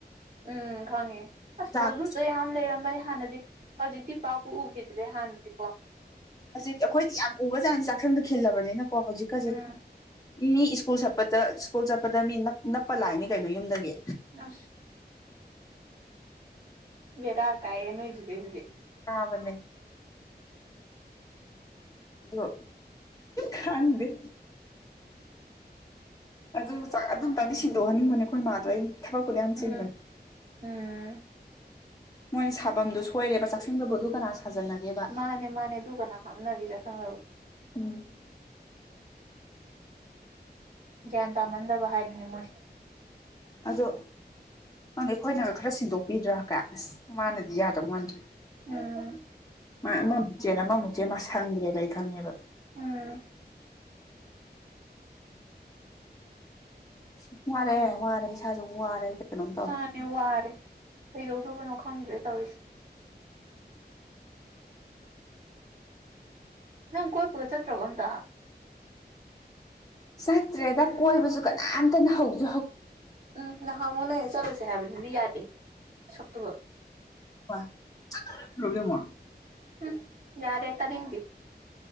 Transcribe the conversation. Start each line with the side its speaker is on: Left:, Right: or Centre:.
Right: ꯎꯝ ꯈꯪꯉꯦ ꯑꯁ
Left: ꯆꯥꯛ
Right: ꯐꯧꯖꯨꯡꯗ ꯌꯥꯝ ꯂꯩꯔꯝꯕꯅꯤ ꯍꯥꯟꯅꯗꯤ ꯍꯧꯖꯤꯛꯇꯤ ꯄꯥꯛꯄꯨ ꯎꯈꯤꯗ꯭ꯔꯦ ꯍꯥꯟꯅꯗꯤꯀꯣ
Left: ꯍꯧꯖꯤꯛꯇꯤ ꯑꯩꯈꯣꯏꯗꯤ ꯌꯥꯝ ꯎꯒꯖꯥꯠꯅꯤ ꯆꯥꯛꯁꯪꯗ ꯈꯤꯜꯂꯕꯅꯤꯅꯀꯣ ꯍꯧꯖꯤꯛꯀꯁꯦ
Right: ꯎꯝ
Left: ꯃꯤ ꯁ꯭ꯀꯨꯜ ꯆꯠꯄꯗ ꯁ꯭ꯀꯨꯜ ꯆꯠꯄꯗ ꯃꯤ ꯅ ꯅꯞꯄ ꯂꯥꯛꯏꯅꯤ ꯀꯩꯅꯣ ꯌꯨꯝꯗꯒꯤ
Right: ꯑ ꯕꯗꯥꯑ ꯀꯥꯏ ꯅꯣꯏꯗꯨꯨꯗꯦ ꯑꯗꯨꯗꯦ
Left: ꯑꯗꯃꯦ ꯑꯗꯣ ꯈꯥꯟꯗ ꯑꯗꯨ ꯆꯥꯛ ꯑꯗꯨ ꯑꯝꯇꯪꯗꯤ ꯁꯤꯟꯗꯣꯛꯍꯟꯅꯤꯡꯕꯅꯦ ꯑꯩꯈꯣꯏ ꯏꯃꯥꯗꯣ ꯑ ꯊꯕꯛꯄꯨꯅ ꯌꯥꯝ
Right: ꯎꯝ
Left: ꯆꯤꯟꯕꯅꯦ
Right: ꯎꯝ
Left: ꯃꯣꯏꯅ ꯁꯥꯐꯝꯗꯨ ꯁꯣꯏꯔꯦꯕ ꯆꯥꯛꯁꯤꯟꯗꯕꯨꯗꯨ ꯀꯅꯥ ꯁꯥꯖꯟꯅꯒꯦꯕ
Right: ꯃꯥꯅꯦ ꯃꯥꯅꯦ ꯑꯗꯨꯒ ꯀꯅꯥ ꯍꯥꯞꯅꯒꯤꯁ ꯈꯪꯅꯕ
Left: ꯎꯝ
Right: ꯭ꯌꯥꯟ ꯇ ꯃꯟꯗꯕꯍꯥꯔꯅꯤ ꯃꯨꯁ
Left: ꯑꯗꯣ ꯅꯪꯗꯤ ꯑꯩꯈꯣꯏꯅ ꯈꯔ ꯁꯤꯟꯗꯣꯛꯄꯤꯗ꯭ꯔꯥ ꯀꯦ ꯑꯁ ꯃꯥꯅꯗꯤ ꯌꯥꯗꯧ ꯃꯥꯟꯗ꯭ꯔꯦ
Right: ꯎꯝ
Left: ꯃꯥ ꯑꯃꯃꯨꯛꯆꯦꯅ ꯑꯃꯃꯨꯛꯆꯦ ꯃꯥ ꯁꯪꯗ꯭ꯔꯦꯅ ꯑꯩ ꯈꯪꯉꯦꯕ
Right: ꯎꯝ <inaudible>
Left: ꯁ ꯋꯥꯔꯦ ꯋꯥꯔꯦ ꯏꯁꯥꯁꯨ ꯋꯥꯔꯦ ꯀꯩꯅꯣꯝ ꯇꯧꯔꯦ
Right: ꯃꯥꯅꯦ ꯋꯥꯔꯦ ꯀꯩꯗꯧꯗꯕꯅꯣ ꯈꯪꯗ꯭ꯔꯦ ꯇꯧꯔꯤꯁꯦ ꯅꯪ ꯀꯣꯏꯄꯒ ꯆꯠꯇ꯭ꯔꯕꯣ ꯑꯝꯇ
Left: ꯆꯇ꯭ꯔꯦꯗ ꯀꯣꯏꯕꯁꯨ ꯀ ꯍꯟꯇꯅ ꯍꯧꯗ
Right: ꯎꯝ ꯅꯍꯃꯨ ꯅꯣꯏ ꯆꯠꯂꯨꯁꯦ ꯍꯥꯏꯕꯗꯨꯗꯤ ꯌꯥꯗꯦ ꯁꯨ ꯎꯝ
Left: ꯋꯥ ꯔꯒꯦ ꯃꯣꯔ
Right: ꯎꯝ ꯌꯥꯔꯦ ꯇꯥꯅꯤꯡꯗꯤ